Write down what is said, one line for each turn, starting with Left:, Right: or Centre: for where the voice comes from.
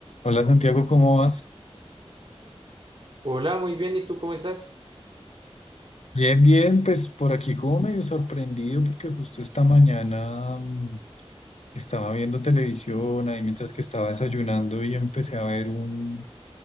Left: Hola Santiago, ¿cómo vas?
Right: Hola, muy bien. ¿Y tú cómo estás?
Left: Bien, bien, pues por aquí como medio sorprendido porque justo esta mañana mm, estaba viendo televisión ahí mientras que estaba desayunando y empecé a ver un,